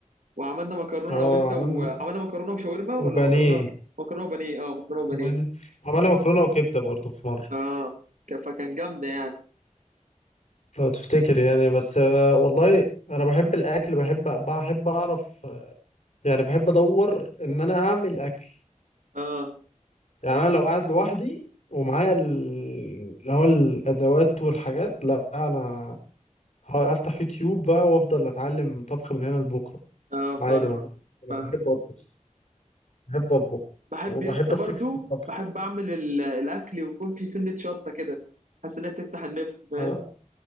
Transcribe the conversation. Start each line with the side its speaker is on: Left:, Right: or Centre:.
Right: وعملنا مكرونه
Left: اه
Right: انا وانت
Left: عملنا
Right: وعملنا مكرونه وشاورما
Left: وبانيه
Right: ولا مكرونه مكرونه وبانيه اه مكرونه وبانيه
Left: وبانيه عملنا مكرونه وكبده برضو في مره
Right: اه ك- فكان جامده يعني
Left: لو تفتكر يعني بس آه، والله انا بحب الاكل بحب بحب اعرف يعني بحب ادور ان انا اعمل اكل
Right: اه
Left: يعني انا لو قاعد لوحدي ومعايا ال- اللي هو الادوات والحاجات لا انا ه- هفتح يوتيوب بقى وافضل اتعلم طبخ من هنا لبكره
Right: اه
Left: عادي
Right: فاهم
Left: ما عنديش مشكلة.
Right: فاهم
Left: بحب اطبخ بحب اطبخ
Right: بحب
Left: وبحب
Right: يا اسطى
Left: افتكس
Right: برضو
Left: في الطبخ
Right: بحب اعمل ال- الاكل ويكون في سنه شطه كده حاسس انها بتفتح النفس فاهم
Left: انا